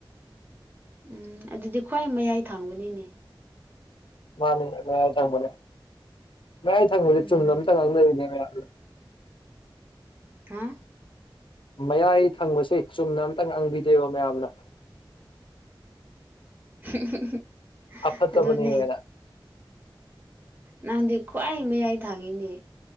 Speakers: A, on the right; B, on the left.
A: ꯎꯝ ꯑꯗꯨꯗꯤ ꯈ꯭ꯋꯥꯏ ꯃꯌꯥꯏ ꯊꯥꯡꯕꯅꯤꯅꯦ
B: ꯃꯥꯅꯦ ꯃꯌꯥꯏ ꯊꯪꯕꯅꯦ ꯃꯌꯥꯏ ꯊꯪꯕꯁꯦ
A: ꯎꯝ
B: ꯆꯨꯝꯅ ꯑꯝꯇ ꯉꯥꯡꯗꯔꯤꯅꯦ ꯃꯌꯥ <unintelligible>
A: ꯍꯥꯥ
B: ꯃꯌꯥꯏ ꯊꯪꯕꯁꯦ ꯆꯨꯝꯅ ꯑꯝꯇꯪ ꯉꯥꯡꯕꯤꯗꯦꯕ ꯃꯌꯥꯝꯅ
A: <unintelligible>
B: ꯑꯐꯠꯇꯕꯅꯤꯒꯔ
A: ꯑꯗꯨꯅꯦ ꯅꯪꯗꯤ ꯈ꯭ꯋꯥꯏ ꯃꯌꯥꯏ ꯊꯥꯡꯉꯤꯅꯦ